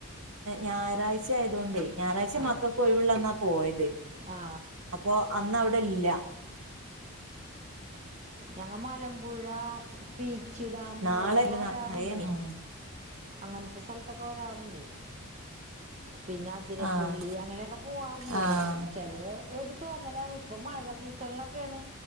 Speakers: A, on the right; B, on the right.
A: ഞായറാഴ് <inaudible> ആയതൊണ്ട് ഞായറാഴ്ച
B: ആ
A: മക്കൾക്ക് ഒഴിവള്ളന്നാ പോയത്
B: ആ
A: അപ്പൊ അന്ന് അവിടെ ഇല്ല
B: ഞങ്ങ മലമ്പുഴ പീ പീച്ചി ഡാം
A: നാളെല്ല
B: അവിടെൊക്കെ വരാറുണ്ട്
A: നറയെ മീൻ
B: അങ്ങനത്തെ സ്ഥലത്തൊക്കെ വരാറുണ്ട് പിന്നെ അതിരപ്പള്ളി
A: ആഹ്
B: അങ്ങനെയൊക്കെ പോവാറുണ്ട്
A: ആഹ്
B: ചെില ഒരു തോന്നല ഇപ്പൊ മഴ സീസണിലൊക്കെയാണ്